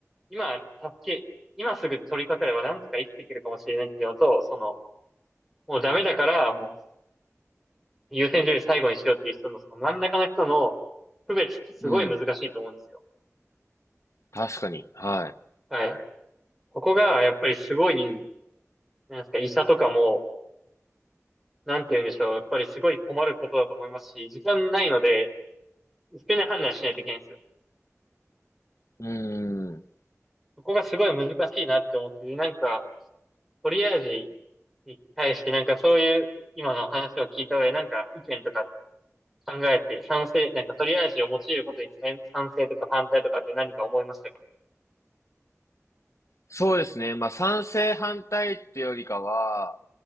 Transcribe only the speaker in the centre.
今、助け、今すぐ取り掛かればなんとか生きていけるかもしれないっていうのと、その、もうダメだから、もう優先順位最後にしようっていう人の、その真ん中の人の区別ってすごい難しいと思うんですよ。
はい。はい、ここが、やっぱりすごい、なんですか、医者とかも、なんて言うんでしょう、やっぱりすごい困ることだと思いますし、時間ないので、一遍で判断しないといけないんですよ。
そこがすごい難しいなって思って、なんか、トリアージに対してなんかそういう今の話を聞いた上でなんか意見とか考えて、賛成、なんかトりアージを用いることに賛成とか反対とかって何か思いましたか